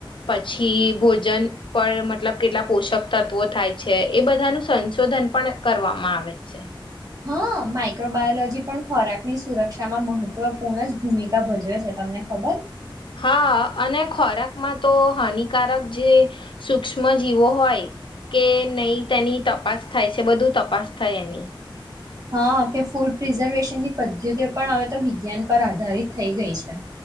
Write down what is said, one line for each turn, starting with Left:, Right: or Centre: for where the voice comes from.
Left: પછી ભોજન પર મતલબ કેટલા પોષક તત્વો થાય છે, એ બધાનું સંશોધન પણ કરવામાં આવે છે.
Right: હા, માઈક્રો બાયોલોજી પણ ખોરાક ની સુરક્ષામાં મહત્વપૂર્ણ જ ભૂમિકા ભજવે છે, તમને ખબર.
Left: હા, અને ખોરાકમાં તો હાનિકારક જે સુૂક્ષ્મ જીવો હોય કે નહીં, તેની તપાસ થાય છે, બધું તપાસ થાય એની.
Right: હા, કે ફૂડ પ્રિઝર્વેશન ની પદ્ધતિ પણ હવે તો વિજ્ઞાન પર આધારિત થઈ ગઈ છે.